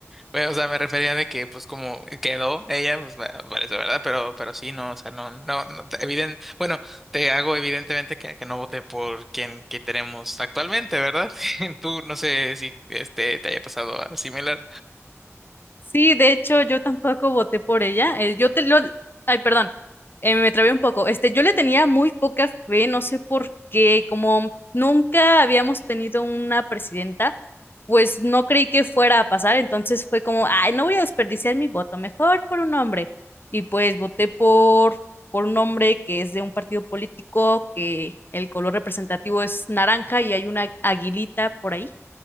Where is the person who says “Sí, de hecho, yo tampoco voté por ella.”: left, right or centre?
Left